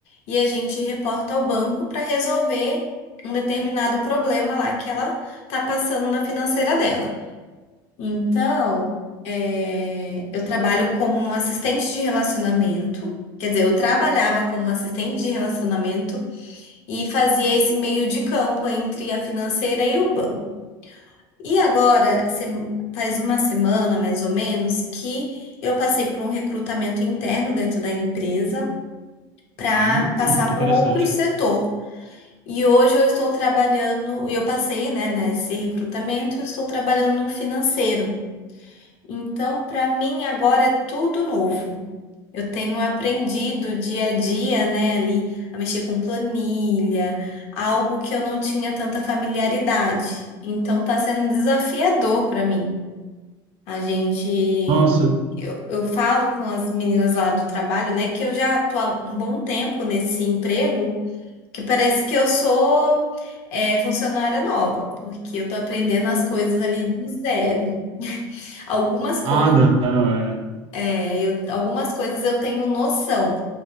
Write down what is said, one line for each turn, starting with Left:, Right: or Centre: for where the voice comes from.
Left: E a gente reporta ao banco para resolver um determinado problema lá que ela tá passando na financeira dela. Então, é, eu trabalho como um assistente de relacionamento. Quer dizer, eu trabalhava como assistente de relacionamento e fazia esse meio de campo entre a financeira e o banco. E agora, se- faz uma semana mais ou menos, que eu passei por um recrutamento interno dentro da empresa para
Right: Hum,
Left: passar
Right: que
Left: para
Right: interessante.
Left: um outro setor. E hoje eu estou trabalhando, e eu passei, né, nesse recrutamento, eu estou trabalhando no financeiro. Então, para mim agora é tudo novo. Eu tenho aprendido dia a dia, né, ali a mexer com planilha, algo que eu não tinha tanta familiaridade. Então, está sendo desafiador para mim. A gente.
Right: Nossa.
Left: Eu, eu falo com as meninas lá do trabalho, né, que eu já tô há um bom tempo nesse emprego, que parece que eu sou, é, funcionária nova, porque eu tô aprendendo as coisas ali do zero. Algumas coisas,
Right: Ah, não, é.
Left: é, eu, algumas coisas eu tenho noção,